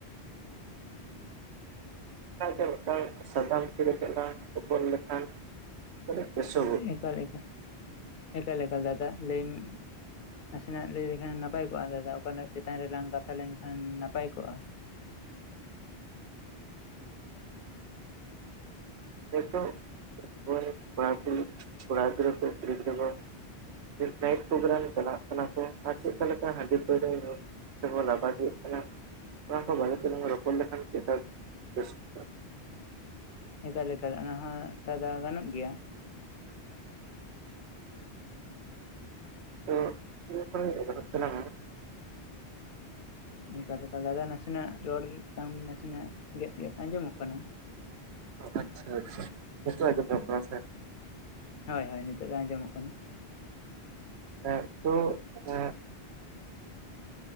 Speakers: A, on the right; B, on the left.
A: ᱮᱠᱟᱞ ᱮᱠᱟᱞ ᱥᱟᱛᱟᱢ ᱠᱚ ᱠᱟ. ᱴᱤᱡ ᱞᱟᱝ ᱨᱚᱯᱚᱲ ᱞᱮᱠᱷᱟᱱ, ᱟ. ᱰᱤ ᱯᱚᱥᱚ,
B: ᱮᱠᱟᱞ ᱮᱠᱟᱞ ᱮᱠᱟᱞ ᱮᱠᱟᱞ ᱫᱟᱫᱟ ᱞᱟᱹᱭᱢᱮ, ᱱᱟᱥᱮᱱᱟᱜ ᱞᱟᱹᱭ ᱞᱮᱠᱷᱟᱱ ᱱᱟᱯᱟᱭ ᱠᱚᱜᱼᱟ ᱫᱟᱫᱟ ᱚᱠᱟᱱᱟᱜ ᱪᱮᱛᱟᱱ ᱨᱮᱞᱟᱝ ᱠᱟᱛᱷᱟ ᱞᱮᱱᱠᱷᱟᱱ ᱱᱟᱯᱟᱭ ᱠᱚᱜᱼᱟ।
A: ᱱᱤᱛᱚᱜ, ᱠᱚᱞᱮᱡᱽ ᱠᱚᱲᱟ ᱠᱩᱲᱤ, ᱠᱚᱲᱟ ᱠᱩᱲᱤ ᱠᱚ <unintelligible> ᱱᱟᱭᱤᱴ ᱯᱨᱳᱜᱨᱟᱢ ᱪᱟᱞᱟᱜ ᱠᱟᱱᱟ ᱠᱚ ᱟᱨ ᱪᱮᱫ ᱞᱮᱠᱟ ᱦᱟᱺᱰᱤ ᱯᱟᱹᱣᱨᱟ. ᱨᱮ ᱥᱮᱵᱚᱱ <unintelligible> ᱤᱫᱤᱭᱮᱫ ᱠᱟᱱᱟ ᱚᱱᱟ ᱠᱚ ᱵᱟᱨᱮ ᱛᱮᱞᱟᱝ ᱨᱚᱯᱚᱲ ᱞᱮᱠᱷᱟᱱ ᱠᱟ. ᱡ ᱵᱮᱥ ᱠᱚᱜ ᱟ
B: ᱮᱠᱟᱞ ᱮᱠᱟᱞ ᱚᱱᱟ ᱦᱚᱸ ᱟᱫᱚ ᱜᱟᱱᱚᱜ ᱜᱮᱭᱟ।
A: ᱛᱚ ᱤᱧ ᱠᱷᱚᱱ ᱤᱧ ᱮᱦᱚᱵ ᱛᱟᱞᱟᱝ ᱟ
B: ᱮᱠᱟᱞ ᱮᱠᱟᱞ ᱫᱟᱫᱟ ᱱᱟᱥᱮᱱᱟᱜ ᱨᱚᱲ ᱛᱟᱢ ᱱᱟᱥᱮᱱᱟᱜ ᱜᱮᱫ ᱜᱮᱫ ᱟᱸᱡᱚᱢᱚᱜ ᱠᱟᱱᱟ।
A: ᱟᱪᱪᱷᱟ ᱟᱪᱪᱷᱟ ᱱᱤᱛᱚᱜ ᱟᱸᱡᱚᱢᱚᱜ ᱠᱟᱱᱟ ᱥᱮ
B: ᱦᱮᱸ ᱦᱮᱸ ᱱᱤᱛᱚᱜ ᱫᱚ ᱟᱸᱡᱚᱢᱚᱜ ᱠᱟᱱᱟ ᱾
A: ᱮᱸᱜ ᱛᱳ ᱮᱫ